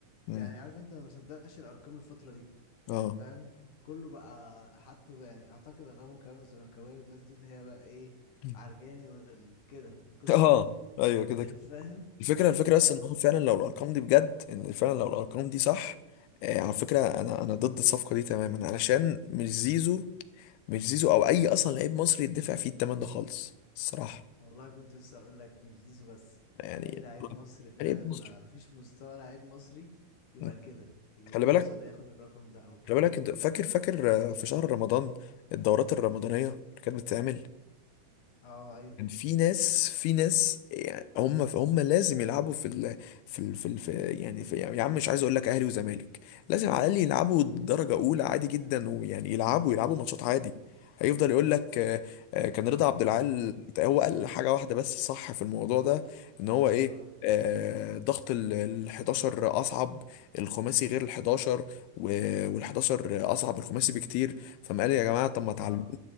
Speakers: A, on the left (about 85°); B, on the left (about 60°).
A: مم.
B: يعني عارف انت انا ما مصدقش الارقام الفتره دي
A: اه
B: فاهم كله بقى حتى يعني اعتقد اغلبهم كمان الزملكاويه والناس دي اللي هي بقى ايه
A: مم.
B: عرجاني وكده
A: <laughs>
B: القصه
A: اه
B: دي
A: ايوه كده
B: <laughs>
A: كده
B: فاهم
A: الفكره الفكره
B: ف
A: بس ان هو فعلا لو الارقام دي بجد ان فعلا لو الارقام دي صح آه على فكره انا انا ضد الصفقه دي تماما علشان مش زيزو مش زيزو او اي اصلا لعيب مصري يدفع فيه الثمن ده خالص الصراحه
B: والله كنت لسه اقول لك مش زيزو بس
A: يعني
B: اي لعيب
A: <laughs>
B: مصري فعلا
A: لعيب
B: ما
A: مصري
B: فيش مستوى لعيب مصري يبقى
A: مم.
B: كده ي-
A: خلي بالك
B: يوصل ياخد الرقم ده او كده
A: خلي بالك انت فاكر فاكر آه، في شهر رمضان الدورات الرمضانيه اللي كانت بتتعمل
B: اه ايوه
A: كان في ناس في ناس يعني هم هم لازم يلعبوا في ال في ال في, ال في يعني في يعني يا عم مش عايز اقول لك اهلي وزمالك لازم على الاقل يلعبوا درجه اولى عادي جدا ويعني يلعبوا يلعبوا ماتشات عادي هيفضل يقول لك آه، آه، كان رضا عبد العال
B: مم.
A: هو قال حاجه واحده بس صح في الموضوع ده ان هو ايه
B: اه
A: آه، ضغط ال ال 11 اصعب الخماسي غير ال 11 وال 11 اصعب من الخماسي بكتير فما قال يا جماعه طب ما تعلموا
B: اه